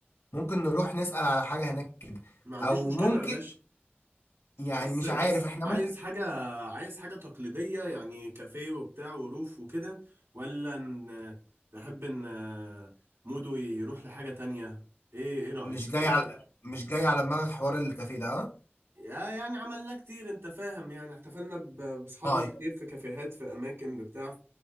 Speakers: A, on the left; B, on the right.
A: ممكن نروح نسأل على حاجة هناك كده
B: ما عنديش
A: او
B: مشكلة
A: ممكن
B: يا باشا
A: يعني
B: بس
A: مش
B: بس
A: عارف احنا
B: عايز
A: ممكن
B: حاجة عايز حاجة تقليدية يعني كافيه وبتاع وروف وكده ولا ان تحب ان مودو يروح لحاجة تانية ايه ايه رأيك
A: مش جاي على مش جاي على دماغك حوار الكافيه ده ها
B: يا- يعني عملنا كتير انت فاهم يعني احتفلنا ب- بأصحابنا
A: طيب
B: كتير في كافيهات في اماكن بتاع